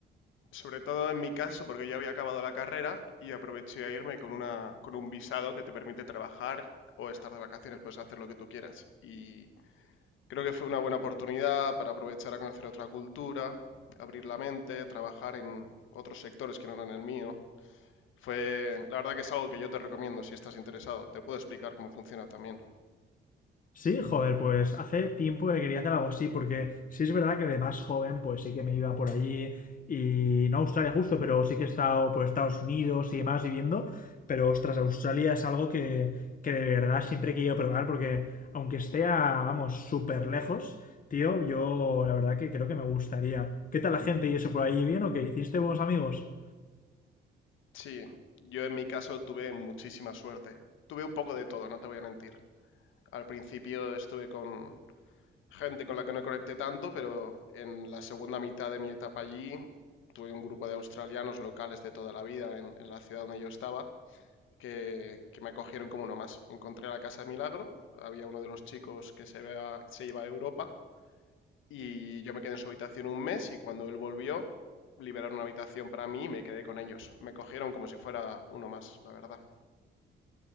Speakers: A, on the left; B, on the left.
A: Sobre todo en mi caso, porque yo había acabado la carrera y aproveché a irme con una, con un visado que te permite trabajar o estar de vacaciones, puedes hacer lo que tú quieras. Y Creo que fue una buena oportunidad para aprovechar a conocer otra cultura, abrir la mente, trabajar en otros sectores que no eran el mío. Fue, la verdad que es algo que yo te recomiendo si estás interesado. Te puedo explicar cómo funciona también.
B: Sí, joder, pues hace tiempo que quería hacer algo así, porque sí es verdad que de más joven, pues sí que me iba por allí y no a Australia justo, pero sí que he estado por Estados Unidos y demás viviendo, pero ostras, Australia es algo que, que de verdad siempre he querido probar, porque aunque esté a, vamos, súper lejos, tío, yo la verdad que creo que me gustaría. ¿Qué tal la gente y eso por ahí? ¿Bien o qué? ¿Hiciste buenos amigos?
A: Sí, yo en mi caso tuve muchísima suerte. Tuve un poco de todo, no te voy a mentir. Al principio estuve con gente con la que no conecté tanto, pero en la segunda mitad de mi etapa allí tuve un grupo de australianos locales de toda la vida en, en la ciudad donde yo estaba que, que me acogieron como uno más. Encontré la casa de Milagro, había uno de los chicos que se, iba- se iba a Europa y yo me quedé en su habitación un mes y cuando él volvió liberaron una habitación para mí y me quedé con ellos. Me cogieron como si fuera uno más, la verdad.